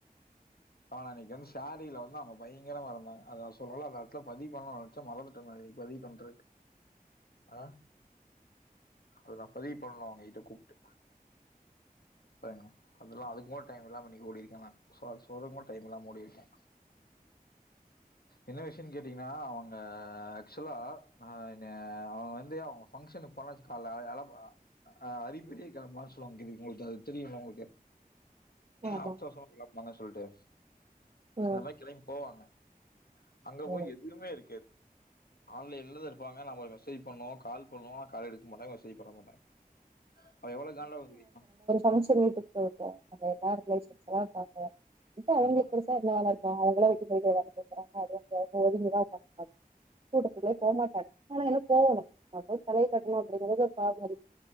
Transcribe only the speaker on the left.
ஆன அன்னைக்கு வந்து சேரில வந்து அவ்ங்க பயங்கரமா இருந்தாங்க அத நா சொல்லல அந்த எடத்துல பதிவு பண்ண நெனச் சே மறந்துட்ட நா இன்னைக்கு பதிவு பண்றே ஆ அத நா பதிவு பண்ணு அவ்ங்ககிட்ட கூப்ட்டு பாருங்க அதெல்லா அதுக்கூட டைம் இல்லாம இன்னைக்கு ஓடிருக்கே நா சோ அத சொல்றக்கூட டைம்ல்லாம ஓடிருக்கே என்ன விஷயன் கேட்டீங்கன்னா அவங்க அ ஆக்சுவலா அ என்னைய அவ்ங்க வந்து அவ்ங்க பஃங்க்ஷனுக்கு போனாச் கால்ல இல ப அ அரி பிரி காம சொல்லுவாங் தெரியிங்களா இத்தா அது தெரியுங்களா உங்களுக்கு
அவசர அவசரமா கிளம்புவாங்க சொல்ட்டு
அந்த மாரி கிளம்பி போவாங்க அங்க
போய் எதுவுமே இருக்காது ஆன்லைன்லதா இருப்பாங்க நம்ம மெசேஜ் பண்ணுவோ கால் பண்ணுவோ கால் எடுக்க மாட்டாங்க மெசேஜ் பண்ண மாட்டாங்க அது எவ்ளோ காண்டாகு தெரியுமா
ஆஹா